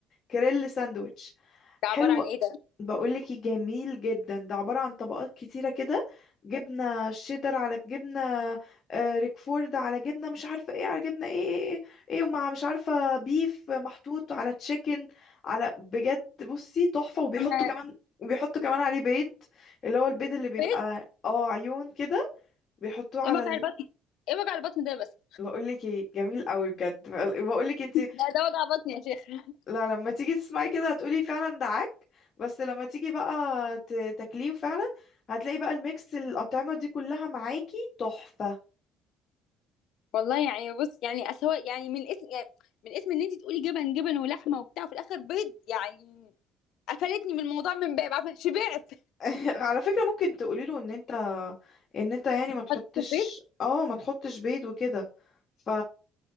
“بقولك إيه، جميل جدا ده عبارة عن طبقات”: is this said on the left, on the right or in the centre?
Left